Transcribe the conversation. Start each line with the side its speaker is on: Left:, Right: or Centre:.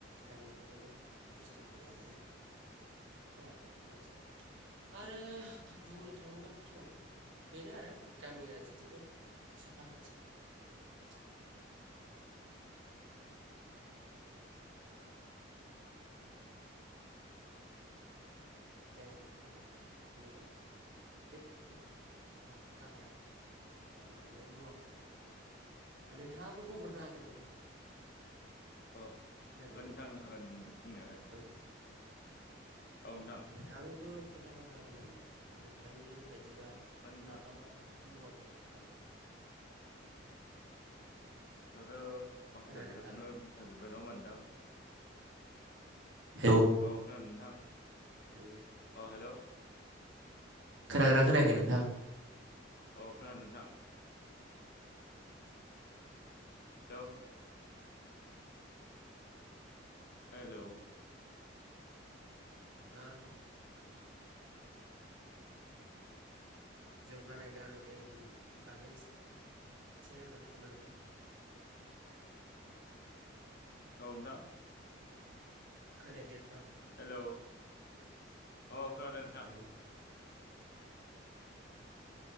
Right: गामियावनो माने बुस्थुखौ लायो
Left: <inaudible>
Right: दा मोनसे
Left: <inaudible>
Right: आरो बुंनो थाङोबाथ' बेनो आरो गामिया जोबोद साखोन <unintelligible> <unintelligible> जायगाफोरखौ बुंनो हायो बे <unintelligible> गाहाय ओ माने मुवाफोर नोंथाङाबो बुंहरनो हागोन नामा?
Left: अ हागोन
Right: खोनादों
Left: नोंथां हागोन बुंनायालाय
Right: औ
Left: औ नोंथां
Right: नोंथाङाबो खोन्थाहरनो हागोन नामा नोंथांनि बायदिबा
Left: अ हागोन नोंथां
Right: मा मा? मुवा बेसाद थानांगौ?
Left: औ जेनेबा नोंथांयाथ' माखासे
Right: खोनादोंना
Left: बाथ्राखौनो बुंखांजोब्बाय नङा होमबा नोंथां?
Right: हेलौ
Left: अ खोनादों नोंथां?
Right: हेलौ
Left: अ हेल'
Right: खोनागोनना खोनायाखै नोंथां?
Left: अ खोनादों नोंथां हेल' हेलौ
Right: उम जौगानाय गामियनि बागै थिया आंनो फोरमायलाय
Left: औ नोंथां
Right: खोनायाखै नामा
Left: हेलौ अ खोनादों नोंथां
Right: हेलौ